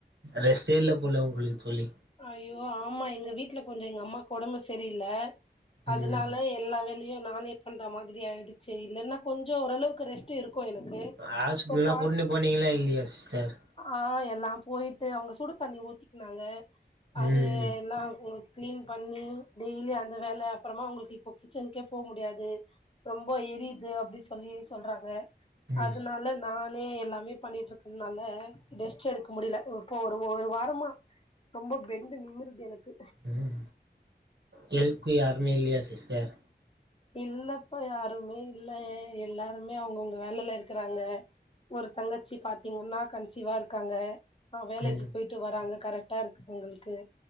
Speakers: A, on the right; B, on the left.
A: ரெஸ்ட்டே இல்ல போல உங்களுக்கு தோழி
B: ஐய்யோ ஆமா எங்க வீட்ல கொஞ்சோ எங்க அம்மாக்கு ஒடம்பு சரியில்ல அதனால
A: ம்
B: எல்லா வேல் லையு நானே பண்ற மாதிரி ஆயிடுச்சு இல்லன்னா கொஞ்சோ ஓளவுக்கு ரெஸ்ட் டு இருக்கு எனக்கு
A: ஹாஸ்பிட்டல்லா
B: இப்ப பால்
A: கூட்னு போனீங்களா இல்லையா சிஸ்டர்
B: ஆ எல்லா போயிட்டு அவுங்க சுடு தண்ணி ஊத்திக்குனாங்க அது
A: ம்
B: எல்லா அவுங்களுக்கு கிளீன் பண்ணி டெய்லி அந்த வேல அப்பறமா அவுங்களுக்கு இப்போ கிச்சனுக்கே போ முடியாது ரொம்ப எரியுது அப்படி செல்லி சொல்றாங்க
A: ம்
B: அதனால நா ரே எல்லாமே பண்ணிட்டு இருக்கறனால ரெஸ்ட்டு எடுக்க முடியல இப்போ ஒரு ஒரு வாரமா ரொம்ப பென்டு நிமிருது எனக்கு
A: ம் ஹெல்ப்புக்கு யாருமே இல்லையா சிஸ்டர்
B: இல்லப்ப யாருமே இல்ல எல்லாருமே அவுங்கவுங்க வேலையில இருக்றாங்க ஒரு தங்கச்சி பாத்தீங்னா கன்சிவா இருக்காங்க ஆ வேலைக்கு
A: ம்
B: போயிட் டு வராங்க கரெக்டா இருக்கு அவங்களுக்கு